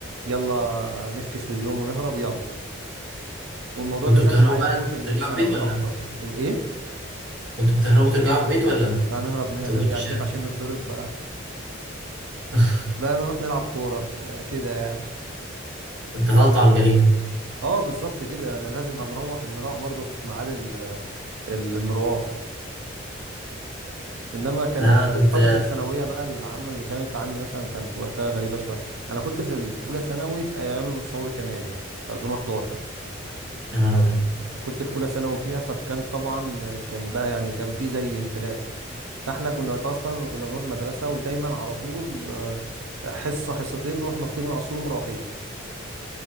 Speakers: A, on the right; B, on the right.
A: يلا نفكس لليوم ونهرب يلا والموضوع
B: كنتوا
A: ده زاد
B: بتهربوا
A: معايا
B: بقى
A: قوي في الثانوي
B: ترجعوا البيت ولا
A: اكتر الايه
B: كنتوا بتهربوا ترجعوا البيت ولا
A: لا نهرب ن-
B: بتفضلوا
A: نرجع
B: في الشارع؟
A: البيت عشان نتضرب بقى
B: <laughs>
A: لا نروح نلعب كورة آه، كده يعني
B: اتغطوا على الجريمة
A: اه بالظبط كده يعني لازم هنروح نروح برضه في ميعاد ال- ال- المروح انما كان
B: لا، انا
A: آه،
B: كنت
A: فترة الثانوية بقى العامة اللي كانت عندي مثلا كانت وقتها غريبة شوية انا كنت في ال- في اولى ثانوي في ايام ثورة يناير في 2011
B: يا نهار ابيض
A: فكنت في اولى ثانوي فيها فكان طبعا آه، كان بقى يعني كان في زي انفلات فاحنا كنا وقتها اصلا كنا بنروح مدرسة ودايما على طول آه، حصة حصتين نروح نطين من العصور ومروحين